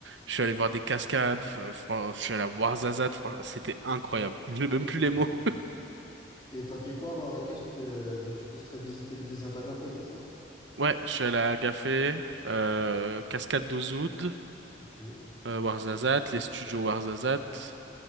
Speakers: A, on the right; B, on the left.
A: Je suis allé voir des cascades. Enfin, fran- Je suis allé à Ouarzazate. Franchement, C'était incroyable. Je n'ai même plus les
B: Ah
A: mots.
B: ouais. Et t'as fait quoi à Marrakech? T'es- Je suppose que t'as visité le désert d'Agafay, c'est ça?
A: Ouais, je suis allé à Agafé, euh, Cascade d'Ozoud,
B: Ok.
A: euh, Ouarzazate, les studios Ouarzazate.